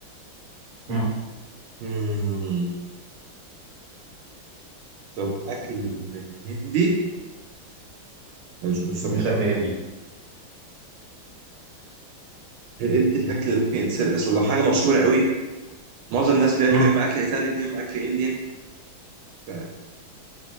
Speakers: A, on the right (about 50°); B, on the right (about 75°).
A: امم
B: مم. طب أكل هندي لا مش مش طبعا
A: مش
B: أكل
A: اكل
B: هندي
A: هندي
B: هي ايه إيه الاكل اللي ممكن يتسرق اصل لو حاجه مشهوره قوي معظم الناس بياكلوا
A: امم
B: يا اما اكل ايطالي يا اما اكل انديان ف-